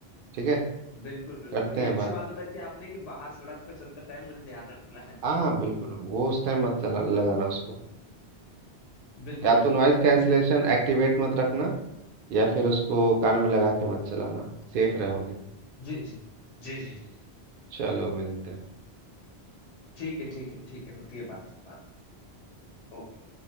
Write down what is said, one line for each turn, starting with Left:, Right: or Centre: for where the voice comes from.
Right: ठीक है
Left: बिल्कुल बिल्कुल
Right: करते
Left: ये
Right: हैं
Left: अच्छी
Right: बात
Left: बात बताई थी आपने कि बाहर सड़क पर चलते टाइम मुझे ध्यान रखना है
Right: हाँ हाँ बिल्कुल वो उस टाइम मत चला लगाना उसको
Left: बिल्कुल
Right: या
Left: बिल्कुल
Right: तो नॉइज कैंसिलेशन एक्टिवेट मत रखना या फिर उसको कान में लगा के मत चलाना सेफ रहोगे
Left: जी जी जी जी जी जी
Right: चलो मिलते हैं
Left: ठीक है ठीक है ठीक है होती है बात बाद में ओके